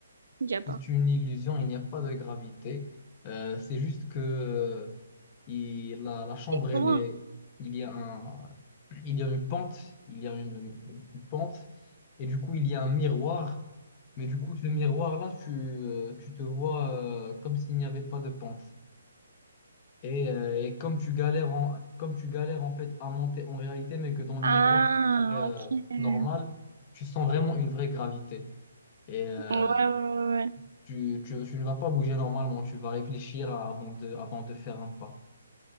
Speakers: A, on the right; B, on the left.
A: il Y a pas.
B: C'est une illusion, il n'y a pas de gravité. Euh, c'est juste que euh, il- la, la chambre,
A: Et
B: elle
A: comment?
B: est, il y a un, il y a une pente, il y a une, une- une pente, et du coup, il y a un miroir. Mais du coup, ce miroir-là, tu, euh, tu te vois euh, comme s'il n'y avait pas de pente. Et, euh, et comme tu galères en, comme tu galères en fait à monter en réalité, mais que dans le
A: Ah,
B: miroir, tu parais euh,
A: ok. Ouais,
B: normal, tu sens vraiment une vraie gravité. Et, euh,
A: ouais, ouais.
B: tu, tu, tu ne vas pas bouger normalement, tu vas réfléchir à- avant de, avant de faire un pas.